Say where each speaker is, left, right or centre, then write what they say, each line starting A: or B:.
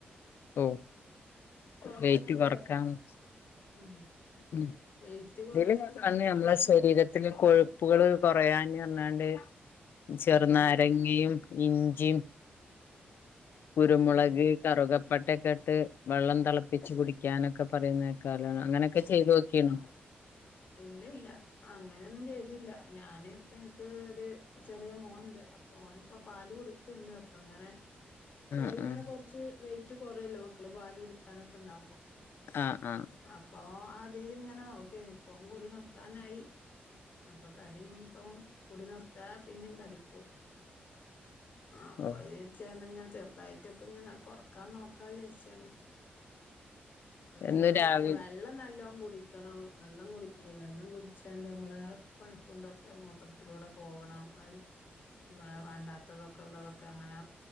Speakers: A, on the left (about 70°); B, on the left (about 50°).
A: ഓഹ്
B: കൊറക്കും
A: വെയ്റ്റ്
B: ചെയ്യ
A: കൊറക്കാന്ന്.
B: ഉം
A: മ്ഹ്
B: വെയിറ്റ് കൊറക്കും
A: ഇതില് ഞാൻ
B: വേണം
A: <unintelligible> നമ്മള ശരീര ത്തില് കൊഴുപ്പുകള് കൊറയാന്ന് പറഞ്ഞാണ്ട് ചെറു
B: ആഹ്
A: നാരങ്ങയും. ഇഞ്ചിയും കുരുമൊളക്
B: ഉം
A: കറുകപ്പട്ടേക്ക ഇട്ട് വെള്ളം തെളപ്പിച്ച് കുടിക്കാനൊക്കെ പറയുന്ന കേക്കാലോ അങ്ങനെക്കെ ചെയ്തു നോക്കിയേണ്
B: ഇല്ലല്ല അങ്ങനൊന്നും ചെയ്തി തില്ല ഞാന് ഇപ്പ ഇനിക്ക് ഒരു ചെറിയ മോൻ ഇണ്ട് അപ്പൊ ഓന് ഇപ്പ പാൽ കുടിക്ക്ണ്ട് അ പ്പൊ അങ്ങനെ. തടി
A: ആഹ്
B: ഇങ്ങനെ
A: ആഹ്
B: കൊറച്ച് വെയിറ്റ് കൊറയല്ലോ മക്കള് പാല് കുടിക്കാനൊക്കെ ഇണ്ടാവുമ്പോ.
A: ആഹ് ആഹ്.
B: അപ്പൊ അതിലിങ്ങനെ നോക്കേർന്ന് ഇപ്പൊ കൂടി നിർത്താനായി. അപ്പൊ തടി ഇനിയിപ്പം കുടി നിർത്തിയാ പിന്നേം തടിക്കും. അപ്പൊ
A: ഓ
B: <unintelligible> ഇങ്ങനെ ചെറുതായിട്ടൊക്കെ ഇങ്ങനെ കൊറക്കാൻ നോക്കാന്ന് വിചാരിച്ചു വന്നേ പ്പൊ ഇതിലൊക്കെ
A: എന്നും രാവിലെ
B: പറയാ വെള്ളം നല്ലോണം കുടിക്കണം. വെള്ളം കുടിക്കാ വെള്ളം കുടിച്ചാണ്ട് നമ്മള കൊഴുപ്പും ഇതൊക്കെ മൂത്രത്തിലൂടെ പോകണം അയ് മ്മള വേണ്ടാത്തതും. ക്കെള്ളതൊക്കെ അങ്ങനെ